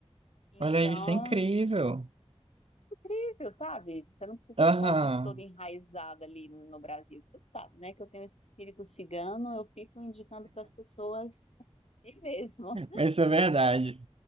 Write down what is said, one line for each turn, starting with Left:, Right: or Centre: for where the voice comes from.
Left: Então,
Right: Olha aí, isso é incrível.
Left: incrível, sabe? Você não precisa
Right: Aham,
Left: ficar o tempo todo enraizada ali no, no Brasil. Você sabe, né? Que eu tenho esse espírito cigano, eu fico indicando para as pessoas ir mesmo.
Right: mas isso é verdade.